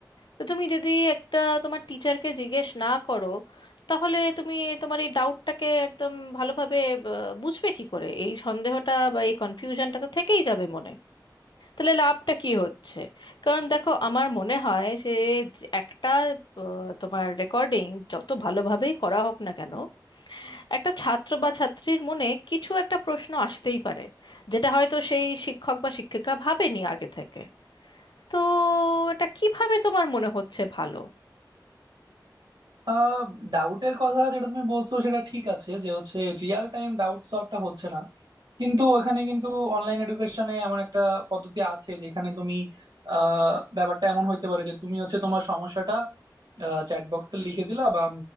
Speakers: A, on the left (about 85°); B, on the right (about 70°).
A: তো তুমি যদি একটা তোমার টিচারকে জিজ্ঞেস না করো তাহলে তুমি তোমার এই ডাউটটাকে একদম ভালোভাবে আহ, বুঝবে কি করে এই সন্দেহটা বা এই কনফিউশনটা তো থেকেই যাবে মনে তাহলে লাভটা কি হচ্ছে কারণ দেখো আমার মনে হয় সে যে একটা আহ, তোমার রেকর্ডিং যত ভালোভাবেই করা হোক না কেন একটা ছাত্র বা ছাত্রীর মনে কিছু একটা প্রশ্ন আসতেই পারে যেটা হয়তো সেই শিক্ষক বা শিক্ষিকা ভাবেনি আগে থেকে তো এটা কিভাবে তোমার মনে হচ্ছে ভালো
B: আহ ডাউটের কথা যেটা তুমি বলছো সেটা ঠিক আছে যে হচ্ছে রিয়েল টাইম ডাউট সলভটা হচ্ছে না কিন্তু ওখানে কিন্তু অনলাইন এডুকেশনে এমন একটা পদ্ধতি আছে যেখানে তুমি আহ, ব্যাপারটা এমন হইতে পারে যে তুমি হচ্ছে তোমার সমস্যাটা চ্যাট বক্সে লিখে দিলা বা